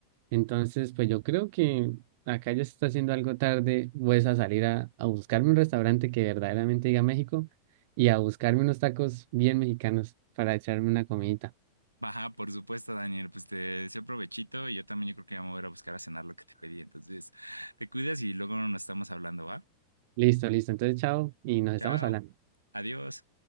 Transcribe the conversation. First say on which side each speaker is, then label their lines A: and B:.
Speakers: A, on the right; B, on the right.
A: Entonces, pues yo creo que acá ya se está haciendo algo tarde, pues a salir a, a buscarme un restaurante que verdaderamente diga México y a buscarme unos tacos bien mexicanos para echarme una comidita.
B: Baja, por supuesto, Daniel, pues te deseo provechito y yo también yo creo que ya me voy a ir a buscar a cenar lo que te pedí, entonces te cuidas y luego nos estamos hablando, ¿va?
A: Listo, listo. Entonces, chao y nos
B: Chao,
A: estamos hablando.
B: adiós.